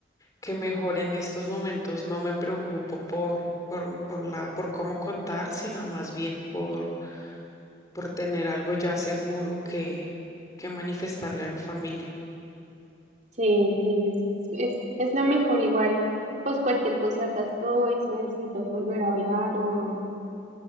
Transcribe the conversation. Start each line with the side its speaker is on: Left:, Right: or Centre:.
Left: que mejor en estos momentos no me preocupo por, por, por la, por cómo contar, sino más bien por, por tener algo ya seguro que, que manifestarle a mi familia.
Right: Sí, sí, es, es, es, es lo mejor igual. Pues cualquier cosa acá estoy, si necesitas volver a hablar o,